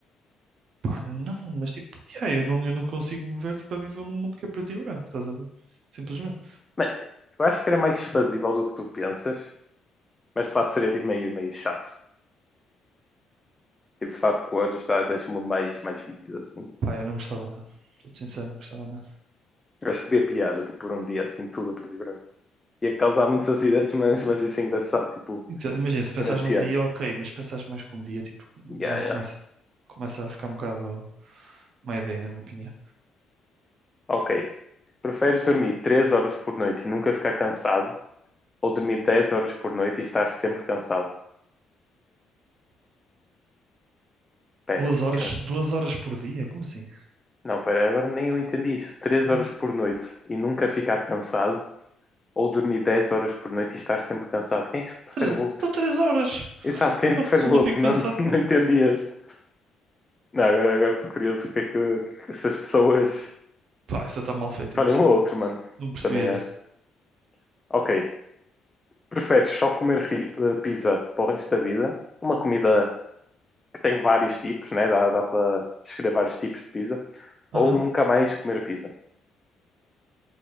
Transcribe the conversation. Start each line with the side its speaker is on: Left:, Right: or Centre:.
Right: Pá, não, mas tipo, yeah, eu não, eu não consigo me ver tipo, a viver num mundo que é preto e branco, estás a ver? Simplesmente.
Left: Mano, eu acho que era mais fazível do que tu pensas, mas de facto seria, tipo, meio, meio chato. Tipo, de facto, cores dá, deixa o mundo mais, mais vívido, assim.
Right: Pá, eu não gostava nada. Estou sincero, não gostava nada.
Left: Eu acho que teria piada, tipo, por um dia, assim, tudo a preto e branco. Ia causar muitos acidentes, mas, mas isso é engraçado, tipo,
Right: Então, imagina, se
Left: diferenciar.
Right: pensares num dia, ok, mas se pensares mais que um dia, tipo, não
Left: Yeah, yeah.
Right: começa, começa a ficar um bocado uma ideia, na minha opinião.
Left: Ok. Preferes dormir 3 horas por noite e nunca ficar cansado ou dormir 10 horas por noite e estar sempre cansado? Pera,
Right: Duas
Left: o quê?
Right: horas, duas horas por dia? Como assim?
Left: Não, pera, agora nem eu entendi isso. 3
Right: Não
Left: horas
Right: entendi.
Left: por noite e nunca ficar cansado ou dormir 10 horas por noite e estar sempre cansado? Quem é que prefere
Right: Tre-
Left: o outro?
Right: Então três horas.
Left: Exato, quem
Right: Então,
Left: é que prefere
Right: se
Left: o
Right: eu
Left: outro?
Right: não fico
Left: Não,
Right: cansado,
Left: <laughs> não
Right: como?
Left: entendi este. Não, agora agora estou curioso porque é que, que essas pessoas
Right: Pá, essa está mal feito
Left: escolhem
Right: é impossível.
Left: o outro, mano.
Right: Não percebi
Left: Também
Right: essa.
Left: acho. Ok. Preferes só comer ri- eh, pizza para o resto da vida? Uma comida que tem vários tipos, né? Dá, dá para escolher vários tipos de pizza.
Right: Aham.
Left: Ou nunca mais comer pizza.